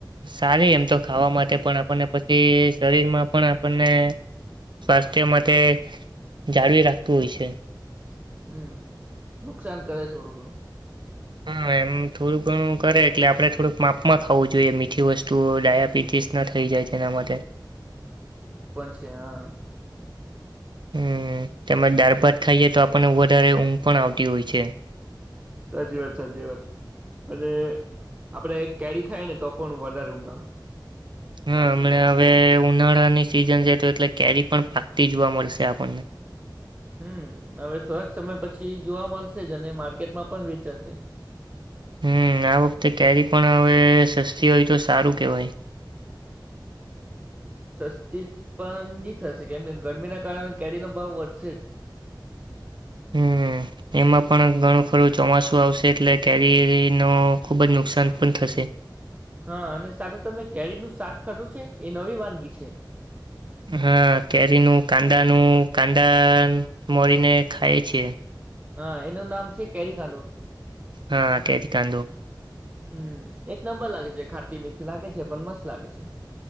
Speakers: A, on the right (about 70°); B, on the right (about 20°).
A: સારી એમ તો ખાવા માટે પણ આપણને પછી શરીરમાં પણ આપણને સ્વાસ્થ્ય માટે જાળવી રાખતું હોય છે
B: હમ નુકસાન કરે થોડું ઘણું
A: હા એમ થોડુંક ઘણું કરે એટલે આપણે થોડુંક માપમાં ખાવું જોઈએ મીઠી વસ્તુ ડાયાબિટીસ ના થઈ જાય છે એના માટે
B: એ પણ છે હા
A: હમ તેમજ દાળ ભાત ખાઈએ તો આપણને વધારે ઊંઘ પણ આવતી હોય છે
B: સાચી વાત સાચી વાત અને આપડે એક કેરી ખાય ને તો પણ વધારે ઊંઘ આવે.
A: હા
B: કાચી
A: હમણા
B: કેરી.
A: હવે ઉનાળાની સિઝન છે તો એટલે કેરી પણ. પાકતી જોવા મળશે આપણને.
B: હમ હવે થોડાક સમય પછી જોવા મળશે જ અને માર્કેટમાં પણ વેચાશે.
A: હમ આ વખતે કેરી પણ હવે સસ્તી હોય તો સારું કેહેવાય.
B: હ સસ્તી પણ નહી થશે કેમ કે ગરમીના કારણે કેરીનો ભાવ વધશે જ.
A: હમ એમાં પણ ઘણું ખરું ચોમાસું આવશે એટલે કેરીરી ન ખુબ જ નુકસાન પણ થશે.
B: હા અને સાથે તમે કેરીનું શાક ખાધું છે એ નવી વાનગી છે.
A: હા કેરીનું કાંદાનું કાંદા મોરીને ખાય છે.
B: હા એનું નામ છે કેરી કાંડો.
A: હા તેથી કાંદો.
B: હમ એક નંબર લાગે છે ખાતી મીઠી લાગે છે પણ મસ્ત લાગે છે.